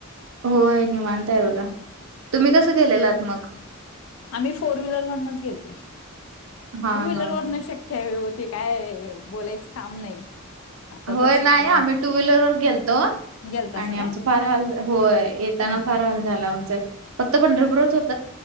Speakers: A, on the right; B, on the left.
A: होय निवांत हाय बघा. तुम्ही कसं केलेलाट मग.
B: आमही फोर व्हीलर मधनच गेलते.
A: हा
B: टू वहीलर
A: हा
B: वरण शक्य आहे. ती काय बोलायचं. काम नाही आता
A: होय
B: तर
A: नाही,
B: शक्यच
A: आम्ही टू व्हीलर वर गेलतो,
B: गेलतासा
A: आणि
B: काय?
A: आमच फार हाल होय येताना
B: हम्म.
A: फार हाल झाल आमच फक्त पंढरपूरच होत.